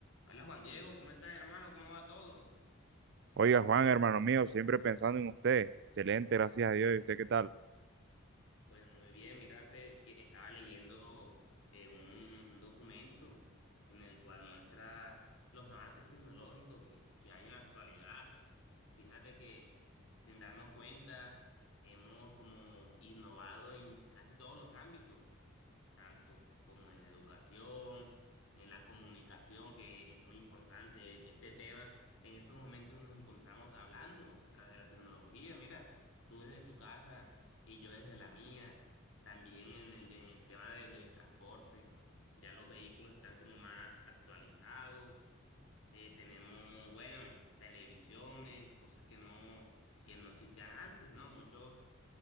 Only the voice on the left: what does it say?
Hola Juan Diego, ¿cómo estás hermano? ¿Cómo va todo?
Pues muy bien, mira, fe, que estaba leyendo eh, un, un documento en el cual muestra los avances tecnológicos que, que hay en la actualidad. Fíjate que sin darnos cuenta hemos como innovado en casi todos los ámbitos. tanto como en la educación, en la comunicación, que es muy importante este tema. En estos momentos nos encontramos hablando a través de la tecnología. Mira, tú desde tu casa y yo desde la mía. También en el, en el tema del, del transporte, ya los vehículos están como más actualizados. Eh, tenemos, bueno, televisiones, cosas que no, que no existían antes, ¿no? Muchos